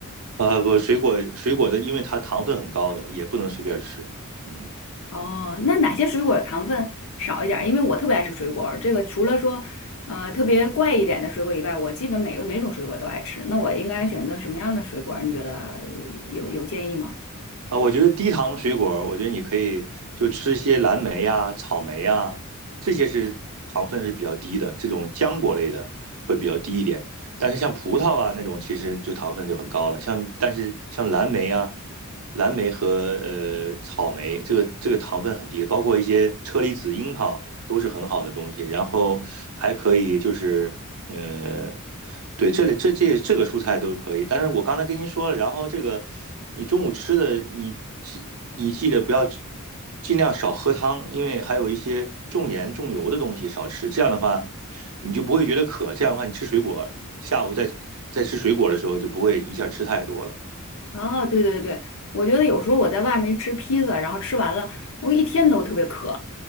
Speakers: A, on the right (about 75°); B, on the left (about 65°).
A: 呃，不，水果水果的，因为它糖分很高的，也不能随便吃。嗯，
B: 哦，那哪些水果糖分少一点儿因为我特别爱吃水果儿这个除了说，呃，特别怪一点的水果以外，我基本每个每种水果都爱吃。那我应该选择什么样的水果儿你觉得呃有有建议吗？
A: 啊，我觉得低糖的水果我觉得你可以就吃一些蓝莓呀、草莓呀，这些是糖分是比较低的，这种浆果类的会比较低一点。但是像葡萄啊那种，其实就糖分就很高了。像但是像蓝莓啊、蓝莓和呃草莓，这个这个糖分很低的包括一些车厘子、樱桃都是很好的东西。然后还可以就是。呃，对，这里这这这个蔬菜都可以，但是我刚才跟您说了，然后这个你中午吃的，你记你记得不要尽量少喝汤，因为还有一些重盐重油的东西少吃，这样的话你就不会觉得渴，这样的话你吃水果，下午再再吃水果的时候就不会一下吃太多了。
B: 哦，对对对，我觉得有时候我在外面一吃披萨，然后吃完了，我一天都特别渴，